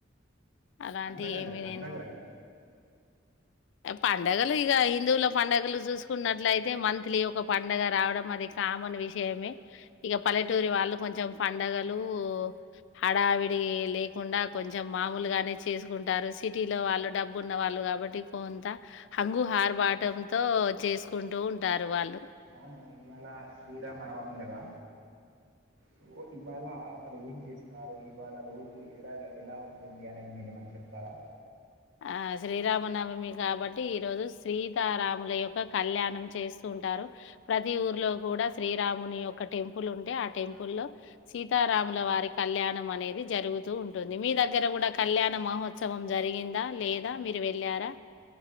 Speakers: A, on the left (about 65°); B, on the right (about 85°).
A: అలాంటి
B: పండగలు
A: ఏమీ
B: పండగలు
A: నేను పండగలు ఇక హిందువుల పండగలు చూసుకున్నట్లయితే మంత్లీ ఒక పండగ రావడం అది కా మన్ విషయమే ఇక పల్లెటూరి వాళ్ళు కొంచెం పండగలు హడావిడి లేకుండా కొంచెం మామూలుగానే చేసుకుంటారు. సిటీలో వాళ్ళు డబ్బు ఉన్న వాళ్ళు కాబట్టి పోంతా హంగు ఆర్భాటంతో చేసుకుంటూ ఉంటారు వాళ్ళు
B: అవును ఇవాళ శ్రీరామనవమి కదా సో ఇవాళ అసలు ఏం చేస్తారు ఇవాళ రోజు ఎలాగా ఎలా ఉంటుంది. అనేది మీరు ఏమన్నా చెప్త రా
A: ఆ శ్రీరామనవమి కాబట్టి ఈ రోజు సీతారాముల యొక్క కళ్యాణం చేస్తూ ఉంటారు. ప్రతి ఊర్లో కూడా శ్రీరాముని యొక్క టెంపుల్ ఉంటే ఆ టెంపుల్ లో సీతారా రాముల వారి కళ్యాణం అనేది జరుగుతూ ఉంటుంది. మీ దగ్గర కూడా కళ్యాణ మహోత్సవం జరిగిందా. లేదా మీరు వెళ్ళారా.